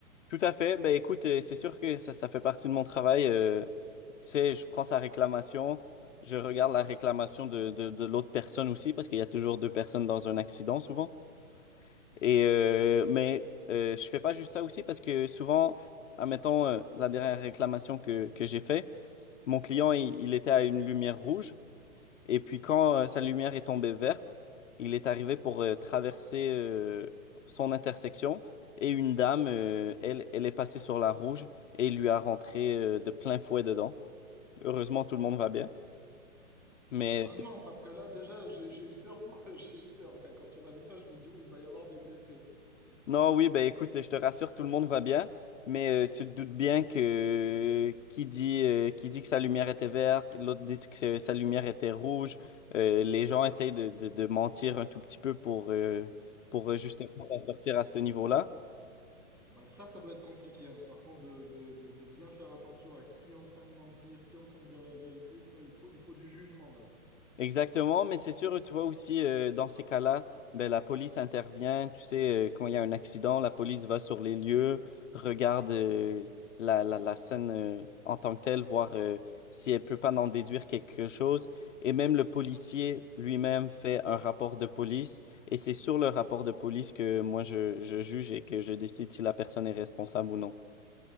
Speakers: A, on the left; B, in the centre.
A: tout à fait, ben écoute, euh, c'est sûr que ça, ça fait partie de mon travail. euh, tu sais, je prends sa réclamation, je regarde la réclamation de, de, de l'autre personne aussi, parce qu'il y a toujours deux personnes dans un accident souvent. Et euh, mais euh, je fais pas juste ça aussi parce que souvent, admettons, euh, la dernière réclamation que, que j'ai fait, mon client, il il était à une lumière rouge. Et puis quand euh, sa lumière est tombée verte, il est arrivé pour euh, traverser euh, son intersection et une dame, euh, elle, elle est passée sur la rouge et il lui a rentré euh, de plein fouet dedans. Heureusement, tout le monde va bien. Mais
B: Heureusement, parce que là déjà j'ai j'ai eu peur pour <laughs> j'ai eu peur quand quand tu m'as dit ça, je me suis dit oh, il va y avoir des blessés.
A: non, oui, ben écoute, je te rassure, tout le monde va bien. Mais euh, tu te doutes bien que qui dit, euh, qui dit que sa lumière était verte, l'autre dit que sa lumière était rouge. Euh, les gens essayent de, de- de mentir un tout petit peu pour, euh, pour euh, justement s'en sortir à ce niveau-là.
B: Ouais, ça, ça doit être compliqué. hein. Par contre, de, de, de, de bien faire attention à qui est en train de mentir, qui est en train de dire la vérité, ça, il faut, il faut du jugement, là.
A: Exactement, mais c'est sûr, tu vois aussi, euh, dans ces cas-là, ben, la police intervient, tu sais, euh, quand il y a un accident, la police va sur les lieux, regarde euh, la, la, la scène euh, en tant que telle, voir euh, si elle peut pas en déduire quelque chose, et même le policier lui-même fait un rapport de police, et c'est sur le rapport de police que moi je, je juge et que je décide si la personne est responsable ou non.